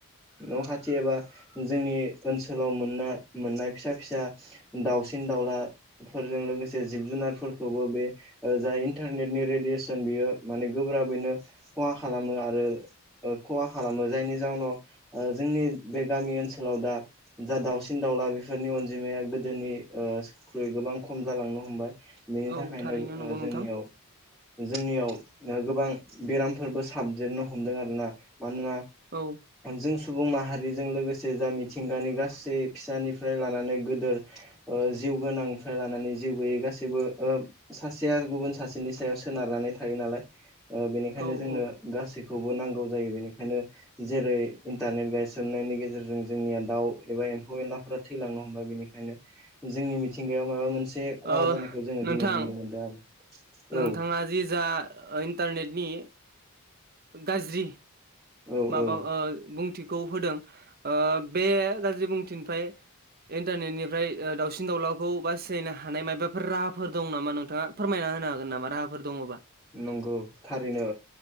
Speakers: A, in the centre; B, on the right.
A: न' खाथि एबा जोंनि ओनसोलाव मोननाय मोननाय फिसा- फिसा दाउसिन दाउलाफोर लोगोसे जिब - जुनारफोरखौबो बे जा इन्टारनेनि रेदियेसन बियो माने गोब्राबैनो खहा खालामो आरो खहा खालामो जायनि जाउनाव जोंनि बे गामि ओनसोलाव दा जा दाउसिन -दाउला बेफोरनि अनजिमाया गोदोनिख्रुइ गोबां खम जालांनो हमबाय। बेनि
B: औ
A: थाखायनो
B: थारैनो नंगौ
A: जोंनियाव
B: नोंथां
A: - जोंनियाव गोबां बेरामफोरबो साबदेरनो हमदों आरोना मानोना
B: औ
A: जों सुबुं माहारि लोगोसे जा मिथिंगानि गासै फिसानिफ्राय लानानै गोदिर जिउ गोनां फ्राय लानानै जिउ गोैयै गासैबो सासेया गुबुन सासेनि सायाव सोनारनानै थायो नालाय। बेनिखायनो
B: औ
A: जोंनो
B: औ
A: गासैखौबो नांगौ जायो बेनिखायनो जेरै इन्टारनेट गायसंनाय गायसंनायनि गेजेरजों जोंनिया दाउ एबा एम्फौ- एनलाफोरा थैलांनो हमबाय बेनिखायनो जोंनि मिथिंगा माबा मोनसे खहा
B: ओ
A: जानायखौ जोङो
B: नोंथां
A: दिनै नुनो मोनदों आरो
B: नोंथाङा
A: औ।
B: जि जा इन्टारनेटनि गाज्रि
A: औ
B: माबा
A: औ
B: बुंथि खौ होदों बे गाज्रि बुंथिनिफ्राय इन्टारनेटनिफ्राय दावसिन- दाउलाखौ बासायनो हानाय माबाफोर राहाफोर दं नामा नोंथाङा फोरमायनानै होनो हागोन नामा राहाफोर दङबा।
A: नंगौ थारैनो